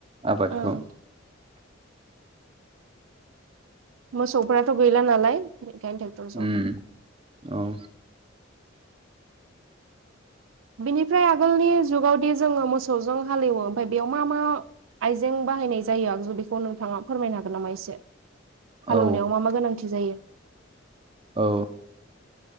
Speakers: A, on the right; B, on the right.
A: आबादखौ
B: उम मोसौफ्राथ' गैला नालाय बेखायनो ट्रेक्टरजों
A: ओम औ
B: बिनिफ्राय आगोलनि जुगावदि जोंङो मोसौजों हालेवो ओमफ्राय बेयाव मा मा आइजें बाहायनाय जायो आगजु बेखौ नोंथाङा फोरमायनो हागोन नामा एसे हालेवनायाव
A: औ
B: मा मा गोनांथि जायो
A: औ